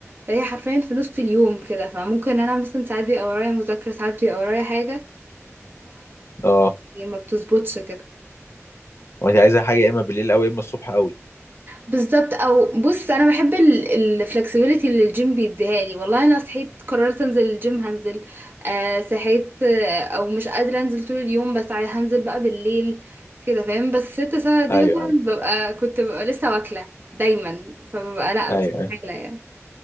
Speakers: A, on the right; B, on the left.
A: فهي حرفيا في نص اليوم كده فممكن انا مثلا ساعات بيبقى ورايا مذاكرة ساعات بيبقى ورايا حاجة
B: اه
A: يعني ما بتظبطش كده
B: وانت عايزه حاجه يا اما بالليل او يا اما الصبح قوي
A: بالظبط او بص انا بحب الفلكسبيليتي اللي الجيم بيديها لي والله انا صحيت قررت انزل الجيم هنزل آه صحيت آه او مش قادره انزل طول اليوم بس عاي- هنزل بقى بالليل كده فاهم بس ست ساعة دي
B: ايوه
A: مثلا
B: ايوه
A: ببقى كنت ببقى لسه واكله دايما فببقى لا
B: ايوه
A: مستحيله
B: ايوه
A: يعني